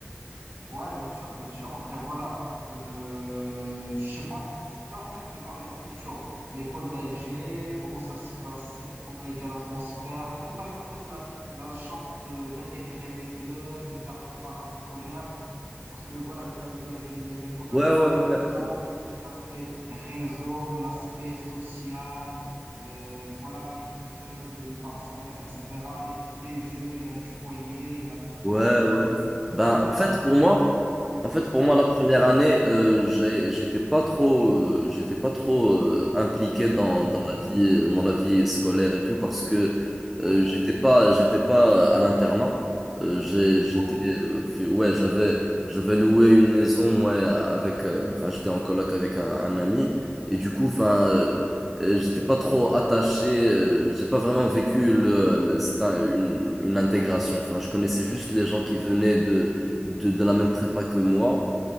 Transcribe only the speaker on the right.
ouais, bien sûr, bien sûr. Après, voilà, euh, je sais pas, je voulais en fait te parler plus sur l'école d'ingé, comment ça se passait, comment était l'atmosphère. Est-ce que tu as eu en fait la, la chance de d'intégrer des clubs, de faire du parascolaire? Parce que voilà, les, cla- les, les- les écoles d'ingé,
c'est
plus
ça, c'est plus l'aspect réseau, l'aspect social, euh, voilà, les clubs, le, le parascolaire, etc., les, les jeux, il y a du foyer, il y a...
En fait, le-
c'est plus
relaxé,
en
fait.
Ouais,
intégré.
Ouais,
ok.